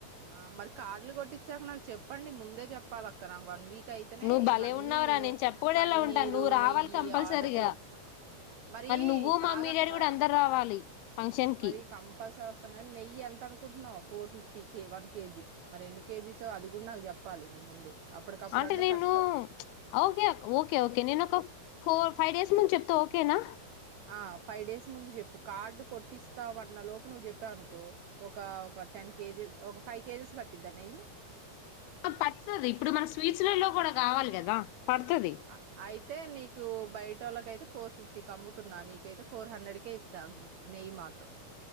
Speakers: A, on the right; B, on the left.
A: ఆ మరి కార్డులు కొట్టిచ్చాక. నాకు చెప్పండి. ముందే చెప్పాలి అక్క నాకు వన్ వీక్. అట్లయితేనే
B: నువ్వు భలే
A: ఇవన్నీ
B: ఉన్నావురా
A: నేను
B: చెప్పకూడా
A: పన్నీరు
B: ఎలా ఉంటాను నువ్వు రావాలి
A: నెయ్యి
B: కంపల్సరీగా
A: ఆర్డర్ చేస్తా. మరి
B: నువ్వు
A: కాదక్కా.
B: మమ్మీ డాడీ కూడా అందరు రావాలి ఫంక్షన్ కి
A: మరి కంపల్సరీ వస్తాం కానీ నెయ్యి ఎంత అనుకుంటున్నావా ఫోర్ ఫిఫ్టీ. టీకి వన్ కేజీ మరి ఎన్ని కేజీ సో అది కూడా నాకు చెప్పాలి నువ్వు ముందే. అప్పటికప్పుడు
B: అంటే నేను
A: కష్టం
B: ఓకే ఓకే ఓకే నేను ఒక. ఫోర్ ఫైవ్ డేస్ ముందు చెప్తా ఓకేనా.
A: ఆ ఫైవ్ డేస్ ముందు చెప్పు. కార్డు కొట్టిస్తామన్న. లోపు నువ్వు చెప్పావునుకో ఒక టెన్. కేజెస్ ఒక ఫైవ్ కేజెస్ పట్టిద్దా నెయ్యి.
B: పడుతుది ఇప్పుడు మన స్వీట్లల్లోకి లో కూడా కావాలి కదా పడుతుది.
A: అ- అయితే నీకు బయట వాళ్ళకయితే ఫోర్ ఫిఫ్టీ కి అమ్ముతున్నా. నీకైతే ఫోర్ హండ్రెడ్కే ఇస్తా. నెయ్యి మా. మాత్రం